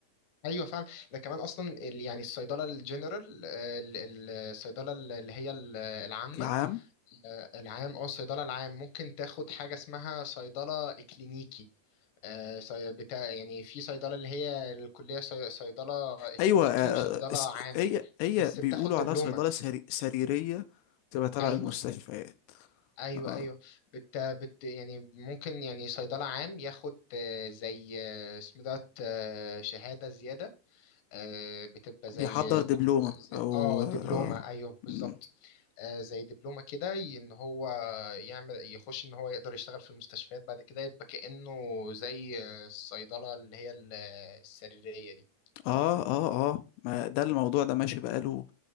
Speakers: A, on the left; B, on the left.
A: ايوه فعلا ده كمان اصلا ال- يعني الصيدله الجنرال آه، ال- ال- الصيدله اللي هي ال- العامه
B: العام
A: آه، العام اه الصيدلة العام ممكن تاخد حاجة اسمها صيدلة اكلينيكي آه، صي- بتاع يعني في صيدلة اللي هي الكلية صي- صيدلة اكلينيكي
B: أيوة آه،
A: وصيدلة
B: آه، آه، س-
A: عام
B: هي هي
A: بس
B: بيقولوا
A: بتاخد دبلومة
B: عليها صيدلة سري سريرية تبقى تبع
A: ايوه
B: المستشفيات
A: ايوه
B: اه
A: ايوه بت بت يعني ممكن يعني صيدلة عام ياخد آه، زي آه، اسمه دوت آه، شهادة زيادة آه، بتبقى زي
B: بيحضر دبلومة
A: كور- زي-
B: أو
A: اه دبلومة
B: اه آه،
A: ايوه بالظبط
B: مم.
A: آه، زي دبلومة كده ي- ان هو يعمل يخش ان هو يقدر يشتغل في المستشفيات بعد كده يبقى كأنه زي آه، الصيدلة اللي هي ال- آه، السريرية دي
B: اه اه اه ما ده الموضوع ده ماشي بقاله